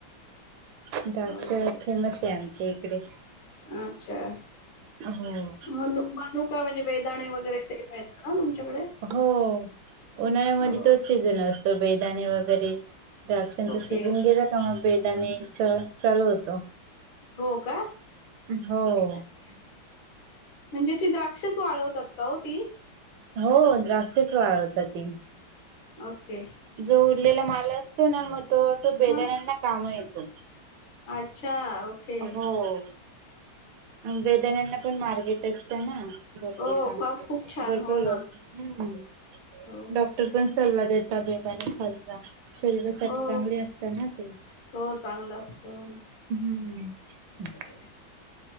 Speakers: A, on the right; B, on the left.
A: द्राक्षे
B: होय होय
A: फेमस आहे, आमच्या इकडे.
B: अच्छा.
A: हो.
B: मनु, मनुका म्हणजे बेदाणे वगैरे ते मिळत ना तुमच्याकडे.
A: हो, उन्हाळ्यामध्ये
B: हो
A: तोच सीझन असतो बेदाणे वगैरे. द्राक्षांचा
B: ओके
A: सीजन गेला का मग बेदानेच चालू होतं.
B: हो, का
A: हो.
B: अच्छा. म्हणजे, ती द्राक्षच वाळवतात का हो ती.
A: हो, द्राक्षेच वाळवतात ती.
B: ओके.
A: जो उरलेला माल असतो ना, मग असं बेदाण्यांना
B: हा
A: काम येतो.
B: अच्छा. ओके
A: हो. बेदाणायला पण मार्गेट असत ना? भरपूर
B: हो
A: सांग
B: ख्वाब खूप छान
A: भरपूर
B: हो
A: डॉ.
B: ना हो
A: डॉक्टर पण सल्ला देतात बेदाने खात जा शरीरासाठी
B: हो
A: चांगले असतात ना ते,
B: हो चांगला असतो हो ना
A: हम्म.
B: बरोबर
A: अच्छ.
B: आहे